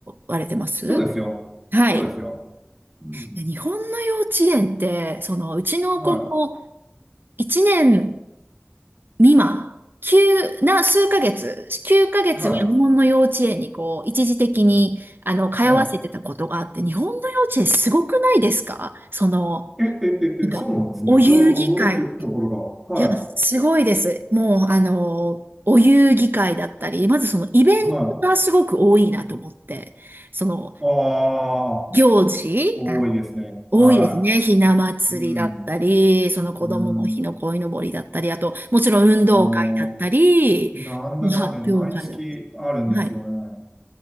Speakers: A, on the right (about 55°); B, in the centre.
A: われてます
B: そうですよ。
A: はい。
B: そうですよ。うん。
A: で日本の幼稚園って、その、うちの子も
B: は
A: 1年未満、急な数ヶ月、9ヶ月は日本の幼稚園にこう、
B: い。はい。
A: 一時的に、あの、通わせてたことがあって、
B: はい。
A: 日本の幼稚園すごくないですかその、
B: え、え、え、
A: なんか、
B: え、そうなんですね。
A: お遊戯会。
B: なんか驚くところが。はい。
A: いや、すごいです。もう、あの、お遊戯会だったり、まずそのイベントがすごく多いなと思って、
B: はい。
A: その、
B: ああ、
A: 行事、
B: 多いですね。
A: あの、多いですね。
B: は
A: ひな祭りだったり、
B: い。うん。
A: その子供の日の鯉のぼりだったり、
B: うん。
A: あと、もちろん運動会だったり、
B: もう、なんだかんだ、
A: もう発表会だったり。
B: 毎月あるんですよね。
A: はい。